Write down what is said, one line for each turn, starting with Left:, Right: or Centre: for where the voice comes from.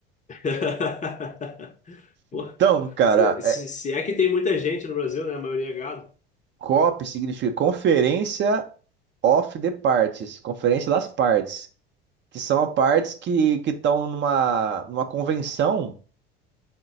Left: <laughs> Pô,
Right: Então, cara,
Left: se, se
Right: é,
Left: se é que tem muita gente no Brasil, né? A maioria é gado.
Right: COP significa Conferência of the Parties, Conferência das Partes, que são as partes que que estão numa, numa convenção